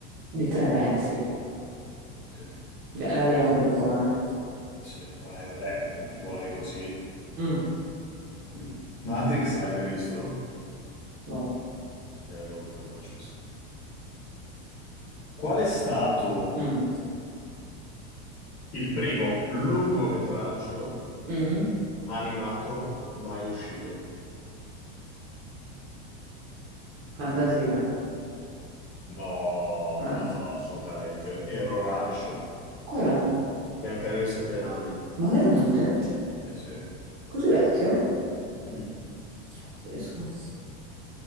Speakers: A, on the right; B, on the left.
A: di tre
B: Mm.
A: versi.
B: Ok.
A: De- La diamo per buona.
B: Sì, ma, eh, vabbè, più buona di così.
A: Mm,
B: Mm. Matrix l'hai mai visto?
A: no.
B: E allora non te la faccio questa volta. Qual è stato
A: Mm,
B: il primo lungometraggio
A: mm.
B: animato mai uscito?
A: Fantasia.
B: No,
A: Ah.
B: assolutamente. Erroraccio.
A: Qual è?
B: Biancaneve e i sette nani.
A: Ma veramente?
B: Eh sì.
A: Così vecchio?
B: Mm.
A: Pazzesco.